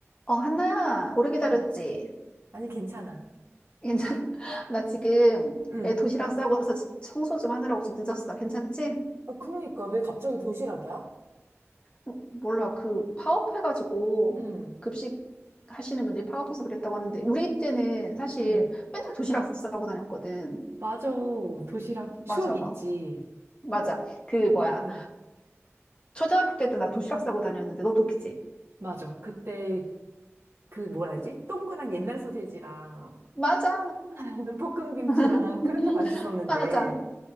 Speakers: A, on the left; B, on the right.
A: 어, 한나야, 오래
B: 음.
A: 기다렸지?
B: 아니, 괜찮아.
A: 괜찮아? <laughs> 나 지금
B: 응.
A: 애 도시락 싸고서 집 청소 좀 하느라고 좀 늦었어. 괜찮지?
B: 아, 그러니까 왜 갑자기 도시락이야?
A: 어, 몰라, 그 파업해가지고
B: 응,
A: 급식 하시는 분들이 파업해서 그랬다고 하는데, 우리 때는 사실
B: 응,
A: 맨날 도시락 싸고 다녔거든.
B: 맞아. 도시락 추억
A: 맞아.
B: 있지.
A: 맞아. 그 뭐야.
B: 응.
A: 초등학교 때도 나 도시락 싸고 다녔는데, 너도 그지?
B: 맞아. 그때 그 뭐라지? 동그란 옛날 소세지랑
A: 맞아.
B: <laughs> 볶음김치랑
A: <laughs>
B: 그렇게 맛있었는데.
A: 맞아.